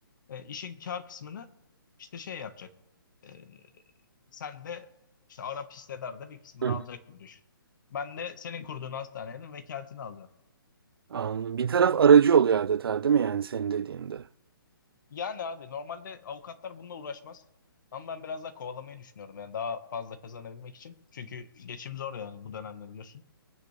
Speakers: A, on the left; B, on the right.
A: E, işin kar kısmını işte şey yapacak. E, sen de işte Arap hissedar bir kısmını
B: Hı hı.
A: alacak gibi düşün. Ben de senin kurduğun hastanenin vekaletini alacağım.
B: Anladım. Bir taraf aracı oluyor adeta değil mi yani senin dediğinde?
A: Yani abi normalde avukatlar bununla uğraşmaz. Ama ben biraz daha kovalamayı düşünüyorum yani daha fazla kazanabilmek için. Çünkü geçim zor yani bu dönemde biliyorsun.